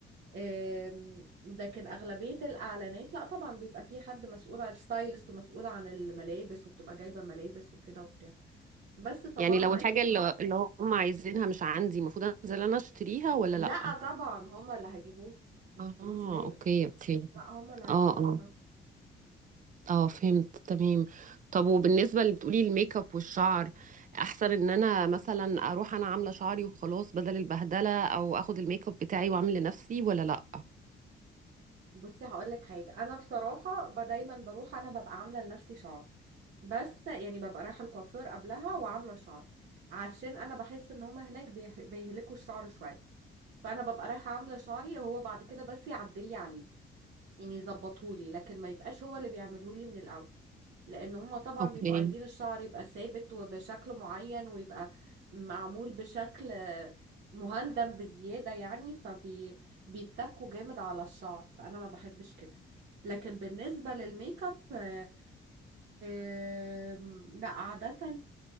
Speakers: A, on the right; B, on the right.
A: آم، لكن اغلبيه الاعلانات لا طبعا بيبقى في حد مسؤول عن الستايلست ومسؤول عن الملابس وبتبقى جايبه ملابس وكده وبتاع بس طبعا
B: يعني لو الحاجة
A: يعني
B: اللي,
A: له
B: اللي هم عايزينها مش عندي المفروض انزل انا اشتريها ولا
A: لا
B: لأ
A: طبعا هما اللي هيجيبوه
B: اه
A: انت مالك
B: اوكي اوكي
A: لا هما اللي هيجيبوها
B: اه اه
A: طبعا
B: اه فهمت تمام طب وبالنسبة اللي بتقولي الميك اب والشعر احسن ان انا مثلا اروح انا عاملة شعري وخلاص بدل البهدلة او اخد الميك اب بتاعي واعمل لنفسي ولا لأ
A: بصي هقول لك حاجه انا بصراحه ب- دايما بروح انا ببقى عامله لنفسي شعر بس يعني ببقى رايحه الكوافير قبلها وعامله شعر عشان انا بحس ان هما هناك بيه- بيهلكوا الشعر شويه فانا ببقى رايحه عامله شعري هو بعد كده بس يعدلي عليه يعني يظبطهولي لكن ما يبقاش هو اللي بيعملهولي من الاول لان هما طبعا
B: اوكي
A: بيبقوا عايزين الشعر يبقى ثابت وبشكل معين ويبقى معمول بشكل مهندم بزيادة يعني فبيتكوا جامد على الشعر فانا ما بحبش كده لكن بالنسبة للميك اب آه، آم، لا عادة